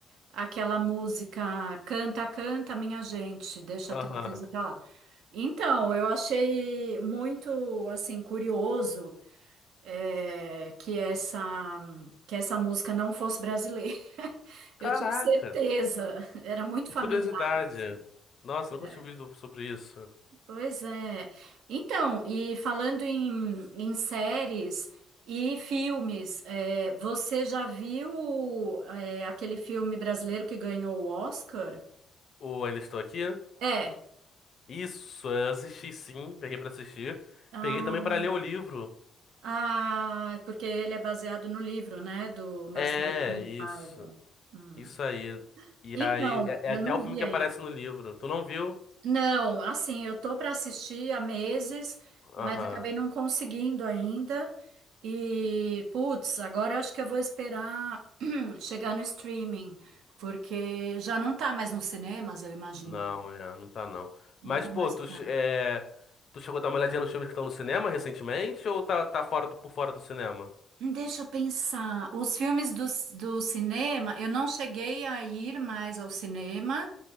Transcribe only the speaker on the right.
aquela música Canta, canta, minha gente, deixa
a tristeza pra lá. Então, eu achei muito assim curioso é, que essa que essa música não fosse brasileira. <laughs>
Eu tinha certeza, era muito
familiar,
assim.
É,
Pois é. Então, e falando em, em séries e filmes, é, você já viu é, aquele filme brasileiro que ganhou o Oscar?
É.
Ah,
ah, porque ele é baseado no livro, né, do Marcelo
Rebelo de
Paiva. Hum.
Então,
eu
não
vi
ainda.
Não, assim, eu tô para assistir há meses, mas
acabei não conseguindo ainda. E, putz, agora eu acho que eu vou esperar <clears throat> chegar no streaming, porque já não tá mais nos cinemas, eu imagino.
Não
tá
mais.
Tá.
Hum, Deixa eu pensar. Os filmes do, do cinema, eu não cheguei a ir mais ao cinema.